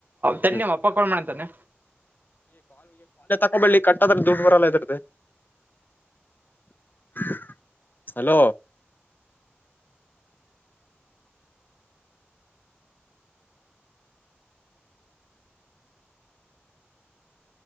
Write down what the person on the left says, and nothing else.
ಹ್ಮ್
ಹಓ ಬೆಳ್ಳಿ ಕಟ್ಟದ್ರ ದುಡ್ಡು ಬರಲ್ಲ ಇದರ್ದ. <inaudible> ಹಲೋ.